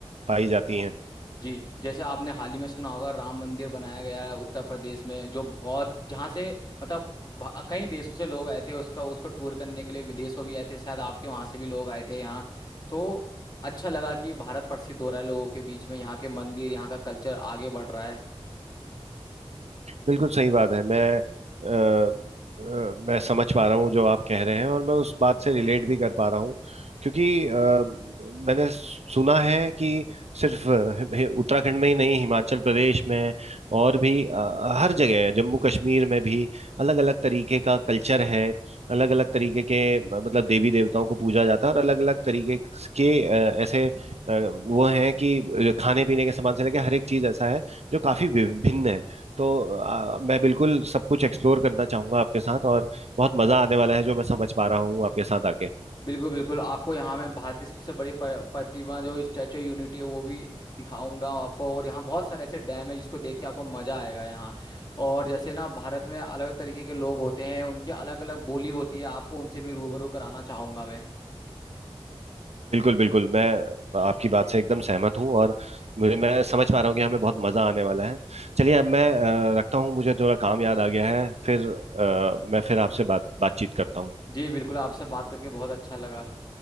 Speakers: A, on the right; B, on the left.
A: पाई जाती हैं
B: जी जैसे आपने हाल ही में सुना होगा राम मंदिर बनाया गया है उत्तर प्रदेश में जो बहुत जहाँ से मतलब भा- कई देशों से लोग आए थे उसका उसको टूर करने के लिए विदेशों भी आए थे शायद आपके वहां से भी लोग आए थे यहाँ तो अच्छा लगा कि भारत प्रसिद्ध हो रहा है लोगों के बीच में यहाँ के मंदिर यहाँ का कल्चर आगे बढ़ रहा है
A: बिल्कुल सही बात है मैं अ, अ, मैं समझ पा रहा हूँ जो आप कह रहे हैं और मैं उस बात से रिलेट भी कर पा रहा हूँ क्योंकि अ, मैंने सुना है कि सिर्फ अ, हि- उत्तराखंड में ही नहीं हिमाचल प्रदेश में और भी अ, हर जगह जम्मू कश्मीर में भी अलग अलग तरीके का कल्चर है अलग अलग तरीके के मतलब देवी देवताओं को पूजा जाता है और अलग अलग तरीके के अ, ऐसे अ, वो हैं कि खाने पीने के सामान से लेकर हर एक चीज ऐसा है जो काफी विभिन्न है तो आ, मैं बिल्कुल सब कुछ एक्सप्लोर करना चाहूंगा आपके साथ और बहुत मजा आने वाला है जो मैं समझ पा रहा हूँ आपके साथ आके
B: बिल्कुल बिल्कुल आपको यहाँ मैं भारत की सबसे बड़ी प- प्रतिमा जो स्टैचू यूनिटी है वो भी दिखाऊंगा आपको और यहाँ बहुत सारे ऐसे डैम है जिसको देख के आपको मजा आएगा यहाँ और जैसे ना भारत में अलग तरीके के लोग होते हैं उनकी अलग अलग बोली होती है आपको उनसे भी रूबरू कराना चाहूंगा मैं
A: बिल्कुल बिल्कुल मैं आपकी बात से एकदम सहमत हूँ और मुझे मैं समझ पा रहा हूँ कि हमें बहुत मजा आने वाला है चलिए अब मैं अ, रखता हूँ मुझे थोड़ा काम याद आ गया है फिर अ, मैं फिर आपसे बात बातचीत करता हूँ
B: जी बिल्कुल आपसे बात करके बहुत अच्छा लगा